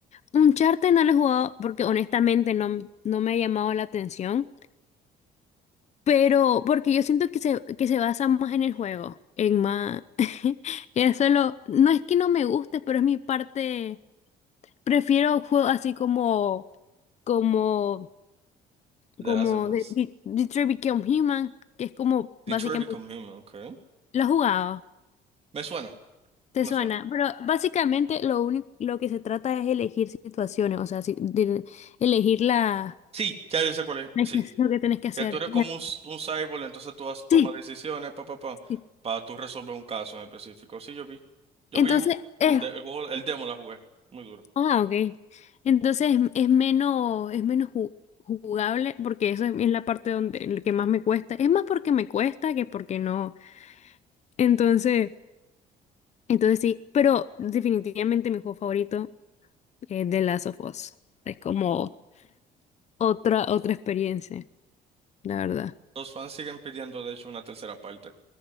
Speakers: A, on the left; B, on the right.
A: Uncharted no lo he jugado porque honestamente no, no me ha llamado la atención, pero porque yo siento que se, que se basa más en el juego, en más... <laughs> Y eso lo no es que no me guste, pero es mi parte, prefiero juegos así como, como,
B: The
A: como
B: Last of Us.
A: de- de- Detroit Become Human, que es como
B: Detroit
A: básicamente,
B: Become Human, okay
A: lo he jugado,
B: Me suena,
A: te
B: me
A: suena,
B: suena.
A: pero básicamente lo único, lo que se trata es elegir situaciones, o sea, si- de- elegir la...
B: Sí, ya yo sé cuál es,
A: <laughs>
B: sí.
A: Tenés que hacer lo que tenés que hacer.
B: Que tú eres como un, s- un cyborg, entonces tú has, tomas
A: Sí,
B: decisiones, pa, pa, pa,
A: sí.
B: para tú resolver un caso en específico. Sí, yo vi. Yo
A: Entonces
B: vi u- un
A: es,
B: de- el juego, el demo la jugué, muy duro.
A: ah, ok. Entonces es, es menos, es menos ju- jugable porque eso es, es la parte donde el que más me cuesta. Es más porque me cuesta que porque no. Entonces, entonces sí, pero definitivamente mi juego favorito es The Last of Us. Es como otra, otra experiencia, la verdad.
B: Los fans siguen pidiendo, de hecho, una tercera parte